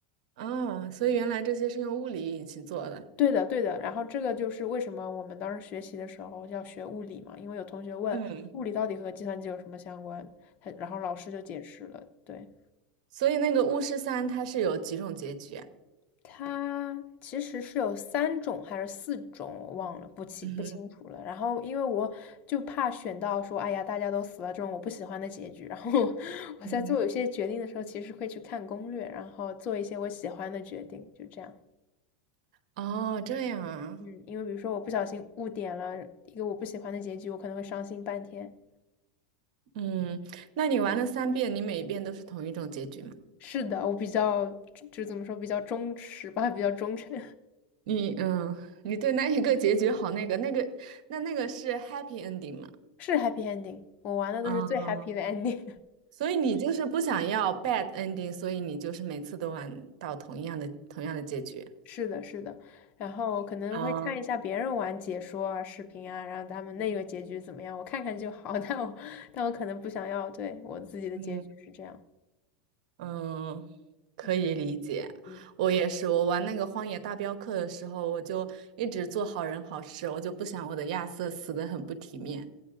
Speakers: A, on the right (about 70°); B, on the left (about 40°).
A: 啊，所以原来这些是用物理引擎做的。
B: 对的，对的。然后这个就是为什么我们当时学习的时候要学物理嘛，因为有同学问物理到底和计算机有什么相关，
A: 嗯，
B: 他然后老师就解释了，对。
A: 所以那个巫师三它是有几种结局啊
B: 它其实是有三种还是四种，我忘了，不清不清楚了。
A: 嗯哼，
B: 然后因为我就怕选到说，哎呀，大家都死了这种我不喜欢的结局。然后 <laughs> 我在做有些决定的时候，
A: 嗯哼。
B: 其实会去看攻略，然后做一些我喜欢的决定，就这样。
A: 哦，这样啊。
B: 嗯，因为比如说我不小心误点了一个我不喜欢的结局，我可能会伤心半天。
A: 嗯，那你玩了三遍，你每一遍都是同一种结局吗？
B: 是的，我比较就怎么说，比较忠实吧，比较忠诚，
A: 你嗯，你对那一个结局好那个那个那那个是 happy ending 吗？
B: <laughs> 是 happy ending。我玩的都是最
A: 啊，
B: happy 的 ending。
A: 所以你就是不想要 bad ending，所以你就是每次都玩到同样的同样的结局。
B: 是的，是的，然后可能会看一下别人玩解说啊、
A: 啊，
B: 视频啊，然后他们那个结局怎么样，我看看就好。<laughs> 但我但我可能不想要，对，我自己的结局是这样。
A: 嗯嗯，可以理解。
B: 嗯嗯，
A: 我也是，我玩那个《荒野大镖客》的时候，我就一直做好人好事，我就不想我的亚瑟死的很不体面。